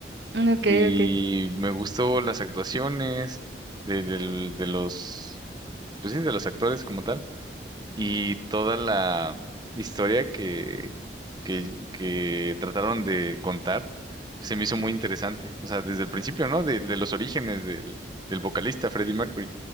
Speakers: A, on the right (about 85°); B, on the right (about 25°).
A: Mm, Ok,
B: Y
A: ok.
B: me gustó las actuaciones de, del- de los pues sí, de los actores como tal, y toda la historia que, que, que trataron de contar se me hizo muy interesante. O sea, desde el principio, ¿no? De, de los orígenes del, del vocalista Freddie Mercury